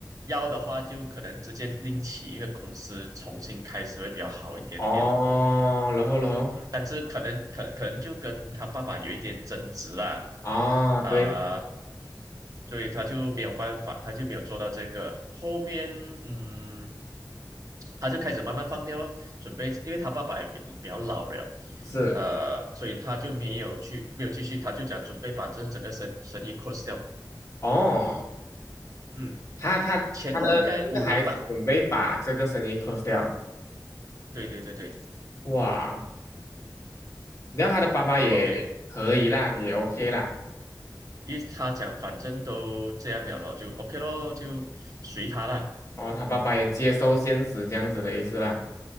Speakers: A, on the right; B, on the left.
A: 要的话就可能直接另起一个公司重新开始会比较好一点点。
B: 哦，然后然后
A: 嗯，但是可能可可能就跟他爸爸有一点争执啦，
B: 啊，
A: 啊、
B: 对，
A: 所以他就没有办法，他就没有做到这个。后面，嗯，他就开始慢慢放掉了，准备，因为他爸爸也比比较老了，
B: 是
A: 呃，所以他就没有去，没有继续，他就讲准备把这整个生生意 close 掉。
B: 哦。
A: 嗯，
B: 他他他的这个孩子准备把这个生意
A: 前后应该五年吧。
B: close 掉，
A: 对对对对
B: 哇！然后他的爸爸也可以啦，
A: ，OK，
B: 也 OK 啦，
A: 因为他讲反正都这样了咯，就 OK 咯，就随他啦。
B: 哦，他爸爸也接受现实这样子的意思啦，